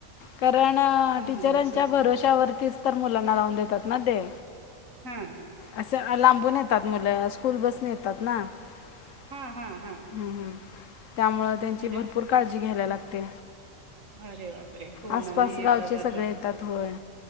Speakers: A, on the left; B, on the right.
A: कारण
B: हो
A: टीचरांच्या
B: ना असंच
A: भरोश्यावरतीच
B: की
A: तर मुलांना लावून देतात ना ते
B: हा
A: असं लांबून येतात मुलं स्कूल बसने येतात ना हम्
B: हा हा हा
A: हम्म.. त्यामुळ त्यांची
B: म्हणजे
A: भरपूर काळजी ती घ्यायला लागते.
B: अरे बापरे हो
A: आसपास
B: ना येता
A: गावचे
B: जाता
A: सगळे येतात होय